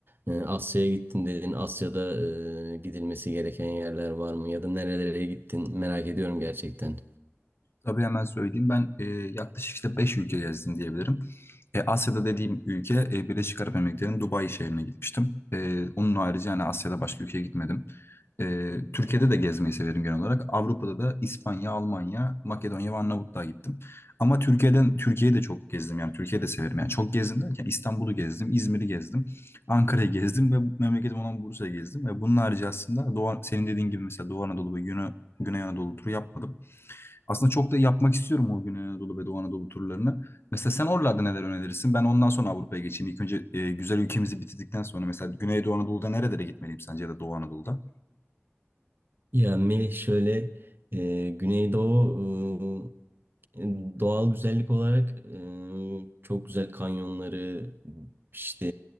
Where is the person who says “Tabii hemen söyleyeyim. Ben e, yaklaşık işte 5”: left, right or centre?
Left